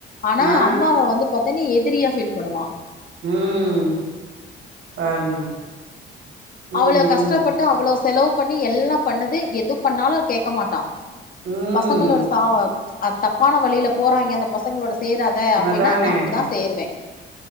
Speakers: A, on the left; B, on the right.
A: ஆனா
B: ஆ
A: அம்மாவ வந்து பத்தென்னீ எத் திரியா ஃபீல் பண்ணுவா
B: ஊம் பாருங்க ம்
A: அவ்ளோ கஷ்டப்பட்டு
B: ம்
A: அவ்ளோ ஸ் செலவு பண்ணி எல்லாம் பண்ணது எது பண்ணாலு கேட்க மாட்டா
B: ம்
A: பசங்களோட சா அத் தப்பான வழியில போறாயிங்க அந்த பசங்ளோட ஸ் சேராத அப்டின்னா
B: அதானே
A: நா அப்புடிதா சேருவே